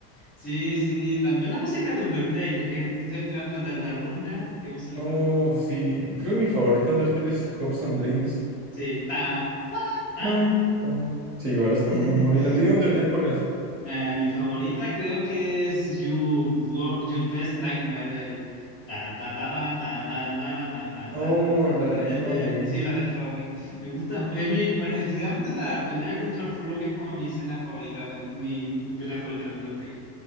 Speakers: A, on the left; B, on the right.
A: Sí, sí, también la música de Undertale, que estoy esperando el de Altarrun ya, que va a salir
B: Oh,
A: pronto. por
B: sí.
A: fin
B: Creo que mi favorita Undertale es Hopes and Dreams.
A: Sí, tan, tan, tan.
B: Tan, tan. Sí, igual
A: <laughs>
B: está muy buena. ¿Y la tuya Undertale cuál es?
A: Eh, mi favorita creo que es You, Wor- You Best Nightmare, el tan, ta, ta, ta, ta, ta, ta, ra, ta,
B: Oh,
A: ra, ta, ta, ta, ta,
B: la de
A: el
B: Flowey.
A: de sí, la de Flowey. Me gusta, es mi, pare- realmente la pelea contra Flowey es como mi escena favorita de un- mi, mi pelea favorita de Undertale.